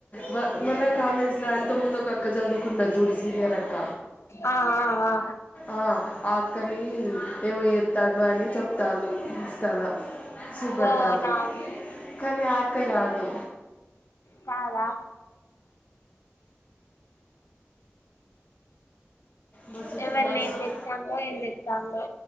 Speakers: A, on the left; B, on the left.
A: వ మన కాలేజీ లో అంత ముందు ఒక అక్క చదువుకున్నది చూడు. నివేదక్క
B: ఆ ఆ ఆ
A: ఆ అక్కనీ హ్మ్ ఏమో చేత్తండు అని చెప్తాల్లు ఇన్స్టా లో చూపెడుతాళ్ళు,
B: ఓ రాము
A: కానీ ఆ రాదు
B: కాద
A: మసుక్
B: ఎవళ
A: మసుక్
B: ఏం చెప్తాందో ఏం చెప్తాందో